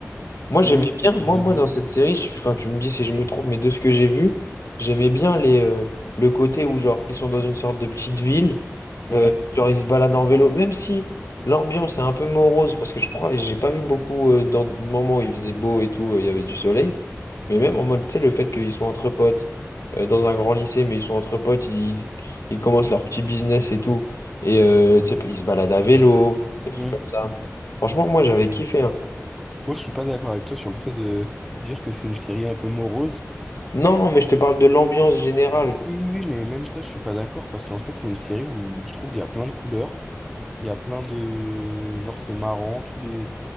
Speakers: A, on the left (about 70°); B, in the centre.
A: Moi, j'aimais
B: lui, il
A: bien,
B: s'occupe
A: moi,
B: de
A: moi,
B: moi.
A: dans cette série, je- enfin, tu me dis si je me trompe, mais de ce que j'ai vu, j'aimais bien les, euh, le côté où, genre, ils sont dans une sorte de petite ville,
B: Ouais.
A: euh, genre, ils se baladent en vélo, même si l'ambiance est un peu morose, parce que je crois, et j'ai pas vu beaucoup euh, dans le moment où il faisait beau et tout, euh, il y avait du soleil, mais même en mode, tu sais, le fait qu'ils soient entre potes, euh, dans un grand lycée, mais ils sont entre potes, ils, ils commencent leur petit business et tout, et euh, tu sais, ils se baladent à vélo, des trucs
B: Mm.
A: comme ça. Franchement, moi, j'avais kiffé, hein.
B: Moi, je suis pas d'accord avec toi sur le fait de dire que c'est une série un peu morose.
A: Non, mais je te parle de l'ambiance générale.
B: Oui, oui, oui, mais même ça, je suis pas d'accord parce qu'en fait, c'est une série où je trouve il y a plein de couleurs. Il y a plein de... Genre, c'est marrant, tous les...